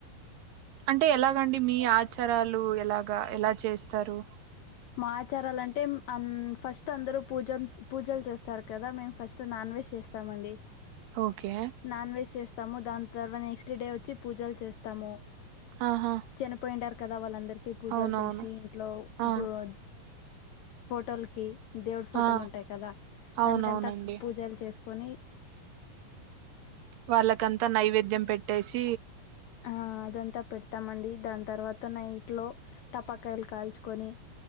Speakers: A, on the right; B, on the left.
A: అంటే ఎలాగండి మీ ఆచారాలు ఎలాగా ఎలా చేస్త తరు
B: మా ఆచారాలంటే ఫస్ట్ అందరు పూజ పూజలు చేస్తారు కదా మేము ఫస్ట్ నాన్ వెజ్ చేస్తామండి
A: ఓకే
B: నాన్ వెజ్ చేస్తాము దా తర్వాత నెక్స్ట్ డే వచ్చి పూజలు చేస్తాము
A: ఆహా
B: చిన్నపోయింటకి కదా వాళ్ళంద రికి పూజలు
A: అవునవును
B: చేసి ఇంట్లో
A: ఆ
B: గుళ్ళొ ఫోటోలకి దేవుడు ఫోటోలు
A: ఆ
B: ఉంటాయి కదా
A: అవునవునండి
B: దానికంతా పూజలు చేసుకు కొనీ
A: వాళ్ళకంతా నైవేద్యం పెట్టి ట్టేసి
B: ఆ అదంతా పెడతామండి దాని తర్వాత నైట్ లో టపాకాయలు కాల్చుకొని